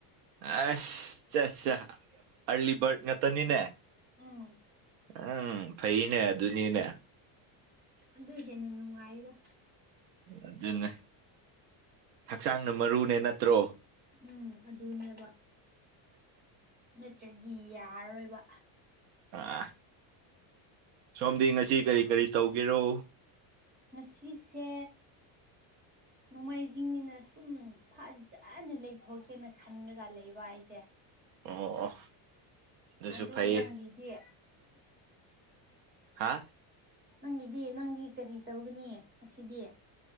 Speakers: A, on the right; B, on the right.
A: ꯑꯁ ꯆꯥ ꯆꯥ ꯑꯔꯂꯤ ꯕꯔꯠ ꯉꯥꯛꯇꯅꯤꯅꯦ
B: ꯎꯝ
A: ꯎꯝ ꯐꯩꯅꯦ ꯑꯗꯨꯅꯤꯅꯦ
B: ꯑꯗꯨ ꯍꯦꯟꯅ ꯅꯨꯡꯉꯥꯏꯔꯦ
A: ꯑꯗꯨꯅꯦ ꯍꯛꯆꯥꯡꯅ ꯃꯔꯨꯅꯦ ꯅꯠꯇ꯭ꯔꯣ
B: ꯎꯝ ꯑꯗꯨꯅꯦꯕ ꯅꯠꯇ꯭ꯔꯗꯤ ꯌꯥꯔꯔꯣꯏ ꯕ
A: ꯑꯥ ꯁꯣꯝꯗꯤ ꯉꯁꯤ ꯀꯔꯤ ꯀꯔꯤ ꯇꯧꯒꯦꯔꯣ
B: ꯉꯁꯤꯁꯦ ꯅꯣꯡꯃꯥꯏꯖꯤꯡꯅꯤꯅ ꯁꯨꯝ ꯐꯖꯅ ꯂꯩꯊꯣꯛꯀꯦꯅ ꯈꯟꯂꯒ ꯂꯩꯕ ꯑꯩꯁꯦ
A: ꯑꯣ ꯑꯗꯨꯁꯨ
B: ꯑꯗꯨ
A: ꯐꯩꯌꯦ
B: ꯅꯪꯒꯤꯗꯤ
A: ꯍꯥꯥ
B: ꯅꯪꯒꯤꯗꯤ ꯅꯪꯗꯤ ꯀꯔꯤ ꯇꯧꯒꯅꯤ ꯉꯁꯤꯗꯤ